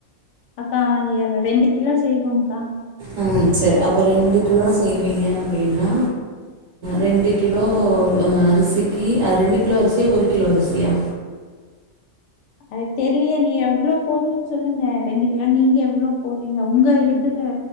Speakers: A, on the left; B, on the right.
A: அக்கா நீ அந்த ரெண்டு எல்லா செய்வோ கா
B: ஆ செரி அப்போ ரெண்டு கிலோ செய்வீங்க அப்புடின்னா ரெண்டு கிலோ அரிசிக்கு அது ரெண்டு கிலோ அரிசியா ஒரு கிலோ அரிசியா
A: அது தெரியிலியே நீ எவ்ளோ போடணும்னு சொல்லுங்க ரெண்டு கிலோ நீங்க எவ்ளோ போடுறீங்க உங்க இதுல